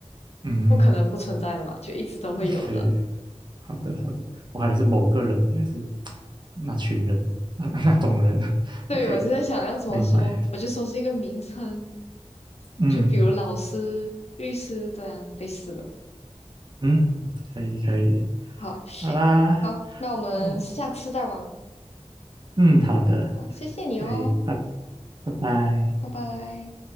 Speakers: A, on the right; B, on the left.
A: 嗯
B: 不可能不存在的嘛，就一直都会有的。
A: 对，好的好的嗯明白了啊嗯嗯嗯可以，好的好的我还是某个人，还是那群人，<laughs> 那那种人
B: 对，
A: ，OK，
B: 我就在想要怎么说，
A: 明白，
B: 我就说是一个名称，
A: 嗯
B: 就比如老师、律师这样类似的。
A: 嗯，可以可以，
B: 好，<laughs>
A: 好啦，
B: 好，那我们下次再玩。
A: 哦，嗯，好的，
B: 好，谢谢你哦，
A: 可以，拜拜拜。
B: 拜拜。